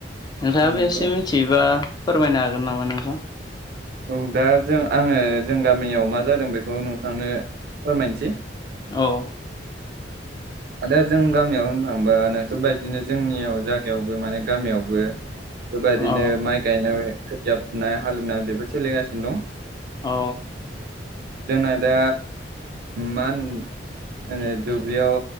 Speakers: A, on the left (about 20°); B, on the right (about 55°).
A: नोंथाङाबो
B: औ नंगौ
A: एसे मिथियोबा फोरमायनो हागोन नामा नोंथां?
B: औ दा जों आङो जों गामियाव मा जादों बेखौ नोंथांनो फोरमायनोसै
A: औ।
B: दा जों गामियाव होननो थाङोबा नोंसोर बायदिनो जोंनियाव जायागायावबो माने गामियावबो बेबायदिनो
A: औ
B: माइ गायनाय खोथिया फुनाय हालेवनाय बेफोर सोलिगासिनो दं।
A: अ'
B: जोंना दा मा होनो दुब्लियाव